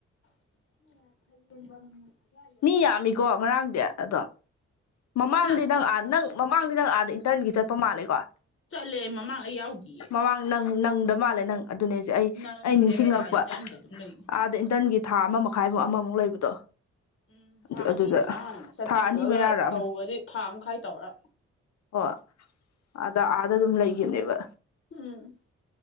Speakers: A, on the left; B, on the left.
A: <unintelligible>
B: ꯃꯤ ꯌꯥꯝꯃꯤꯀꯣ ꯉꯔꯥꯡꯗꯤ ꯑꯗꯣ ꯃꯃꯥꯡꯗꯤ
A: ꯍꯥ
B: ꯅꯪ ꯑꯥ ꯅꯪ ꯃꯃꯥꯡꯗꯤ ꯅꯪ ꯑꯥꯗ ꯏꯟꯇꯔꯟꯒꯤ ꯆꯠꯄ ꯃꯥꯜꯂꯦꯀꯣ
A: ꯆꯠꯂꯦ ꯃꯃꯥꯡ ꯑꯩ ꯌꯥꯎꯗꯤꯌꯦ
B: ꯃꯃꯥꯡ ꯅ ꯅꯪꯗ ꯃꯥꯜꯂꯦ ꯅꯪ ꯑꯗꯨꯅꯦꯁꯦ ꯑꯩ
A: ꯅꯪꯗꯦ
B: ꯑꯩ ꯅꯤꯡꯁꯤꯡꯉꯛꯄ
A: ꯍꯥꯏꯗꯤ ꯑꯩ ꯅꯪꯒꯤ ꯑꯗꯨꯝ ꯂꯩꯒꯦ
B: ꯑꯥꯗ ꯏꯟꯇꯔꯟꯒꯤ ꯊꯥ ꯑꯃ ꯃꯈꯥꯏꯃꯨꯛ ꯑꯃꯃꯨꯛ ꯂꯩꯕꯗꯣ
A: ꯎꯝ ꯊꯥ
B: ꯑꯗꯨ
A: ꯑꯅꯤ
B: ꯑꯗꯨꯗ
A: ꯃꯌꯥꯅꯤ ꯆꯠꯈꯤꯕꯒ
B: ꯊꯥ ꯑꯅꯤ ꯃꯌꯥꯔ ꯑꯃ
A: ꯇꯧꯕꯗꯤ ꯊꯥ ꯑꯝꯈꯥꯏ ꯇꯧꯔ
B: ꯑꯣ ꯑꯗ ꯑꯥꯗ ꯑꯗꯨꯝ ꯂꯩꯈꯤꯕꯅꯦꯕ꯫
A: ꯎꯝ꯫